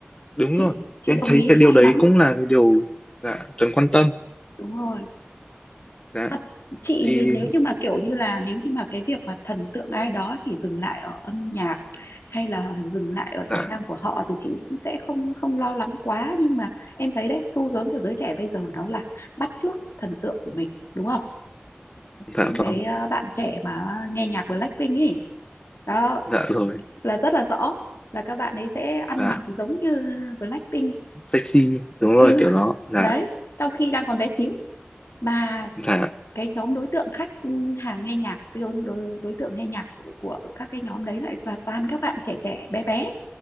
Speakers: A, on the left (about 25°); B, on the left (about 80°).
A: đúng
B: chị
A: rồi
B: chị
A: thì
B: đồng
A: em thấy
B: ý
A: cái
B: cái
A: điều
B: này
A: đấy
B: lắm ấy.
A: cũng là cái điều dạ cần quan tâm
B: đúng rồi
A: dạ
B: thật chị
A: thì
B: nếu như mà kiểu như là nếu như mà cái việc mà thần tượng ai đó chỉ dừng lại ở âm nhạc hay là dừng lại ở
A: dạ
B: tài năng của họ thì chị cũng sẽ không không lo lắng quá nhưng mà em thấy đấy xu hướng của giới trẻ bây giờ đó là bắt chước thần tượng của mình đúng không
A: dạ
B: những cái
A: vâng
B: ờ, bạn trẻ mà nghe nhạc Blackpink ấy đó
A: dạ rồi
B: là rất là rõ là các bạn ấy sẽ ăn
A: dạ
B: mặc giống như Blackpink
A: taxi đúng
B: ừ
A: rồi kiểu đó dạ
B: đấy trong khi đang còn bé xíu mà
A: dạ
B: cái nhóm đối tượng khách hàng nghe nhạc cái đối, đối, đối tượng nghe nhạc của, của các cái nhóm đấy lại là toàn các bạn trẻ trẻ bé bé